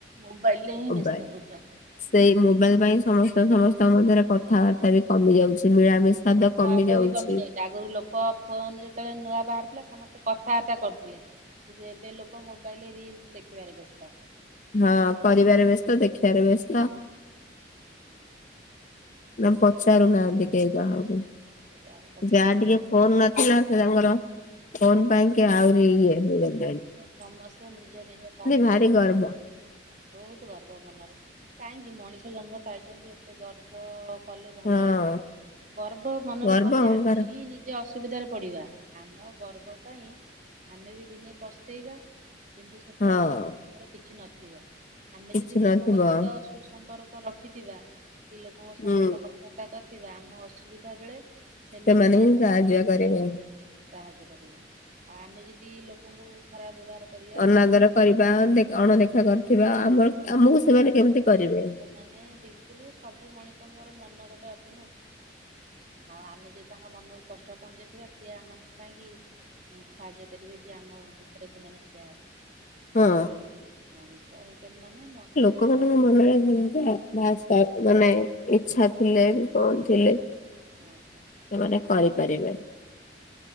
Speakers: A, on the right; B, on the left.
A: ମୋବାଇଲ୍ ରେ ହିଁ
B: ମୋବାଇଲ।
A: ବ୍ୟସ୍ତ ରହୁଚନ୍ତି।
B: ସେଇ ମୋବାଇଲ୍ ପାଇଁ ସମସ୍ତେ ସମସ୍ତଙ୍କ ମଧ୍ୟରେ କ କଥାବାର୍ତ୍ତା ବି କମି ଯାଉଛି, ମିଳାମିଷାଦ କମି
A: ବାହାରବା
B: ଯାଉଛି।
A: ବି କମି ଯାଇଛି ଆଗରୁ ଲୋକ ଫୋନ୍ ଯେତେବେଳେ ନୂଆ ବାହାରିଥିଲା ସମସ୍ତେ କଥାବାର୍ତ୍ତା କରୁଥିଲେ। କିନ୍ତୁ ଏବେ ଲୋକ ମୋବାଇଲ୍ ରେ ରିଲ୍ସ ଦେଖିିବାରେ ବ୍ୟସ୍ତ।
B: ହଁ
A: ଆଉ
B: କରିବାରେ ବ୍ୟସ୍ତ, ଦେଖିଆରେ ବ୍ୟସ୍ତ।
A: <unintelligible>
B: ନା ପଚାରୁ ନାହାନ୍ତି କେହି କାହାକୁ।
A: କାହାକୁ ପଚାରିବା
B: ଯାହା
A: ନାହିଁ
B: ଟିକେ ଫୋନ୍ ନଥିଲା ସେ ତାଙ୍କର ଫୋନ୍ ପାଇଁକି ଆହୁରି ଇଏ ହେଇଗଲେ।
A: ସମସ୍ତେ ନିଜ-ନିଜ କାର୍ଯ୍ୟରେ
B: ଭାରି
A: ବ୍ୟସ୍ତ।
B: ଗର୍ବ
A: ବହୁତୁ ଗର୍ବ ମନରେ, କାହିଁକି ମଣିଷ ଜନ୍ମ ପାଇଚନ୍ତି ଏ ଏତେ ଗର୍ବ କଲେ ଭଲ
B: ହଁ
A: ନୁହଁ, ଗର୍ବ ମନରେ
B: ଗର୍ବ
A: କଲେ
B: ଅହଙ୍କାର
A: ଆମେ ହିଁ ନି ଜେ ଅସୁବିଧାରେ ପଡ଼ିବା, ଆମ ଗର୍ବ ପାଇଁ ଆମେ ବି ଦିନେ ପସ୍ତେଇବା। କିନ୍ତୁ ସେତେବେଳକୁ
B: ହଁ।
A: ଆମର କିଛି ନଥିବ ଆମେ
B: କିଛି
A: ଯଦି ଲୋକଙ୍କ
B: ନଥିବ
A: ସହିତ ସମ୍ପର୍କ ରଖିଥିବା କିଲୋକଙ୍କ ସହ
B: ହୁଁ
A: ଭଲ କଥାବାର୍ତ୍ତା କରିଥିବା ଆମ ଅସୁବିଧା ବେଳେ ସେମାନେହିଁ
B: ସେମାନେ ହିଁ
A: ଆମ
B: ସାହାଯ୍ୟ
A: ପାଖରେ
B: କରିବେ।
A: ଠିଆ ହେବେ। ସାହାଯ୍ୟ କରିବେ ଆଉ ଆମେ ଯଦି ଲୋକଙ୍କୁ ଖରାପ ବ୍ୟବହାର କରିବା
B: ଅନାଦର
A: କି ମନ
B: କରିବା ଅଣଦେଖା କରିଥିବା ଆମର ଆମକୁ ସେମାନେ କେମିତି କରିବେ।
A: ସେମାନେ ବିଲକୁଲ ସବୁ ମଣିଷଙ୍କର ମନ ଗୋଟେ ଅଛି ନା ଆଉ ଆମେ ଯଦି ତାଙ୍କ ମନକୁ କଷ୍ଟ ପହଞ୍ଚେଇଥିବା ସିଏ ଆମ ପାଇଁକି ସାହାଯ୍ୟ କରିବେ କିଆମ ଦୁଃଖରେ ସେମାନେ ଠିଆ ହେବେ।
B: ହଁ
A: ମଣିଷ ହେଇଛନ୍ତି ମାନେ ମ
B: କହୁନୁ ମନରେ ଭମିକା ବାସ୍ ମାନେ ଇଚ୍ଛା ଥିଲେ କଣ ଥିଲେ ସେମାନେ
A: ଆଉ
B: କରିପାରିବେ।